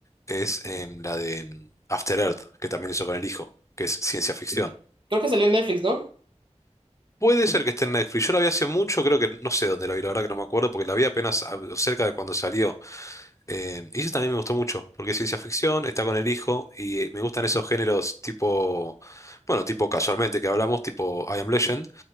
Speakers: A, on the left (about 25°); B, on the right (about 45°).
A: es em, la de em, After Earth, que también hizo con el hijo, que es ciencia ficción.
B: Creo que salió en Netflix, ¿no?
A: Puede ser que esté en Netflix. Yo la vi hace mucho, creo que no sé dónde la vi, la verdad que no me acuerdo, porque la vi apenas ah, cerca de cuando salió. Eh, y eso también me gustó mucho, porque es ciencia ficción, está con el hijo, y eh, me gustan esos géneros tipo, bueno, tipo casualmente que hablamos, tipo I Am Legend,